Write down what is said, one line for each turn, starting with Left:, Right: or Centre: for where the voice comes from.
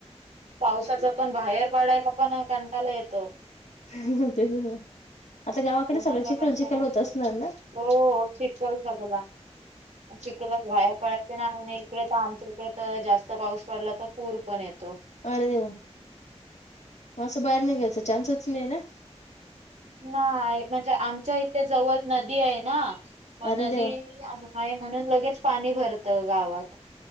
Right: पावसाच पण बाहेर पाडायला पण कंटायला येत
Left: ह तेच ना आता गावाकडे
Right: उन्हाच्या
Left: सगळं चिखल
Right: खंड्याला
Left: चिखल होत असणार ना
Right: तो शिकल सगला चिकलात बाहेर पडायचे नाही आणि इकडे तर आमच्या इकडे तर जास्त पाऊस पडला तर पूर पण येत
Left: अरे देव मं बाहेर नाही घ्यायच चान्सच नाही ना
Right: नाही म्हणजे आमच्या इथे जवळ नदी आहे ना मग
Left: अरे
Right: नदी
Left: देवा
Right: आहे म्हणून लगेच पाणी भरतं गावात